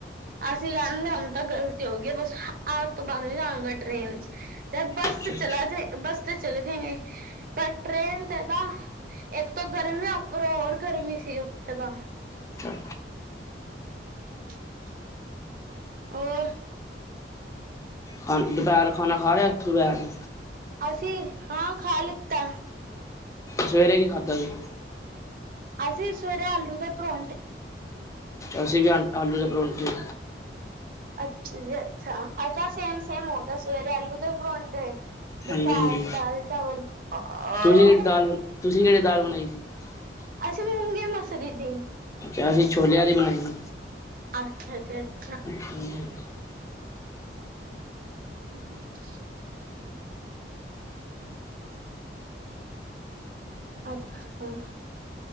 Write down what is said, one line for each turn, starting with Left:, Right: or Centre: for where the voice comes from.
Right: ਅਸੀਂ ਕਹਿੰਦੇ ਹੁਣ ਤਾਂ ਗ਼ਲਤੀ ਹੋ ਗਈ, ਬਸ ਅੱਜ ਤੋਂ ਬਾਦ ਨੀ ਜਾਵਾਂਗੇ ਟ੍ਰੇਨ ਚ, 'ਤੇ ਬੱਸ
Left: ਅੱਛਾ
Right: ਤੇ ਚਲਾ
Left: ਅੱਛਾ
Right: ਜਾਈ, ਬੱਸ ਤੇ ਚਲੇ ਜਾਗੇ, ਪਰ ਟ੍ਰੇਨ ਤੇ, ਤਾਂ ਇੱਕ ਤੋਂ ਗਰਮੀ ਉੱਪਰੋਂ ਹੋਰ ਗਰਮੀ ਸੀ। ਉੱਥੇ ਤਾਂ
Left: ਅੱਛਾ
Right: <inaudible> ਹੋਰ?
Left: ਖਾਨ ਦੁਪਹਿਰ ਖਾਣਾ ਖਾ ਲਿਆ ਦੁਪਹਿਰ?
Right: ਅਸੀਂ, ਹਾਂ ਖਾ ਲਿੱਤਾ।
Left: ਸਵੇਰੇ ਕੀ ਖਾਧਾ ਸੀ?
Right: ਅਸੀਂ ਸਵੇਰੇ ਆਲੂ ਦੇ ਪਰੌਂਠੇ।
Left: ਅਸੀਂ ਵੀ ਆਲੂ ਦੇ ਪਰੌਂਠੇ।
Right: ਅੱਛਾ ਜੀ, ਅੱਛਾ, ਅੱਜ ਤਾਂ ਸੇਮ -ਸੇਮ ਹੋਗਿਆ ਸਵੇਰੇ ਆਲੂ ਦੇ ਪਰੋਂਠੇ ਦੁਪਹਿਰ,
Left: ਹਾਂਜੀ ਹਾਂਜੀ
Right: ਦਾਲ -ਚਾਵਲ ਆ-
Left: ਤੁਸੀਂ ਕਿਹੜੀ ਦਾਲ ਤੁਸੀਂ <unintelligible>
Right: ਅਸੀਂ, ਮੂੰਗੀ ਮਸਰੀ ਦੀ
Left: ਅੱਛਾ, ਅਸੀਂ ਛੋਲਿਆਂ ਦੀ ਬਣਾਈ ਆ।
Right: ਅੱਛ- ਅੱਛਾ।
Left: <unintelligible>
Right: <inaudible> ਅੱਛਾਂ <unintelligible>